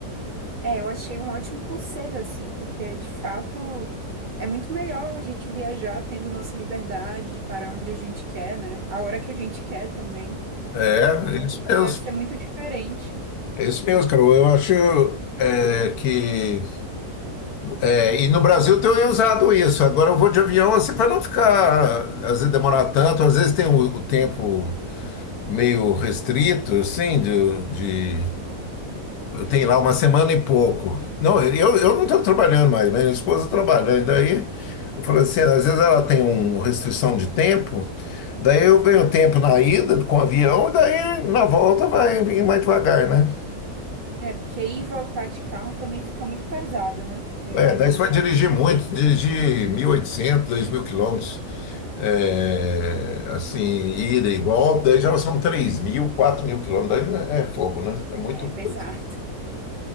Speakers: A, on the right; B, on the left.
A: É, eu achei um ótimo conselho, assim, porque de fato é muito melhor a gente viajar tendo nossa liberdade de parar onde a gente quer, né? A hora que a gente quer também.
B: É,
A: Eu imagino
B: é isso mesmo.
A: que deve ser muito diferente.
B: É isso mesmo, Carol. Eu acho é, que. é, e no Brasil tem usado isso. Agora eu vou de avião assim para não ficar, às vezes demorar tanto, às vezes tem o, o tempo meio restrito, assim, de, de- Eu tenho lá uma semana e pouco. Não, eu, eu não estou trabalhando mais, minha esposa trabalha. E daí eu falo assim, às vezes ela tem uma restrição de tempo. Daí eu ganho tempo na ida com o avião, e daí na volta vai vir mais devagar, né?
A: É, porque ir e voltar de carro também fica muito pesado, né? Eu
B: É,
A: imagino.
B: daí você vai dirigir muito, dirigir mil e oitocentos, dois mil quilômetros, é, assim, ida e volta, daí já são três mil, quatro mil quilômetros, daí né, é fogo, né? É muito
A: É, pesado.
B: coisa.